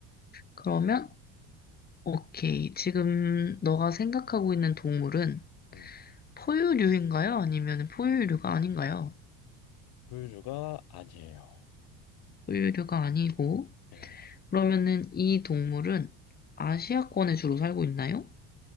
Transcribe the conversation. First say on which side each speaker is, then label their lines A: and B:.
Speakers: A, on the left; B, on the left.
A: 그러면, 오케이. 지금 너가 생각하고 있는 동물은
B: 음,
A: 포유류인가요? 아니면 포유류가 아닌가요?
B: 포유류가 아니에요.
A: 포유류가 아니고,
B: 예,
A: 그러면은 이 동물은 아시아권에 주로 살고 있나요?